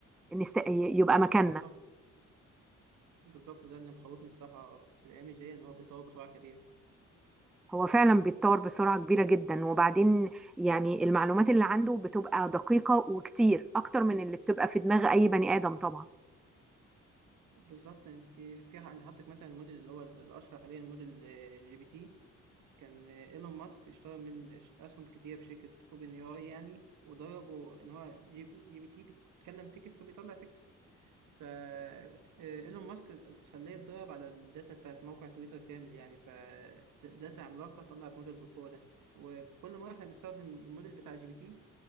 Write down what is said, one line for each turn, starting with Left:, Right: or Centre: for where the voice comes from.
Centre: نست... يبقى مكاننا
Right: بالظبط بالظبط ده اللي مخوفني الصراحة في الأيام الجاية إن هو بيتطور بسرعة كبيرة
Centre: هو فعلا بيتطور بسرعة كبيرة جدا وبعدين يعني المعلومات اللي عنده بتبقى دقيقة وكتير أكتر من اللي بتبقى في دماغ أي بني آدم طبعا
Right: بالظبط أنت في ح- أنت حاطط مثلا الموديل اللي هو ال- الأشهر حاليا الموديل آه، جي بي تي كان آه، إيلون ماسك اشترى من اش- أسهم كتير في شركة أوبن أي آي يعني وضربه إن هو جي جي بي تي بيتكلم تكست وبيطلع تكست فا آه، إيلون ماسك خلاه يتدرب على الداتا بتاعت موقع تويتر كامل يعني فداتا عملاقة طلعت موديل بالقوة ده وكل ما احنا بنستخدم الموديل بتاع جي بي تي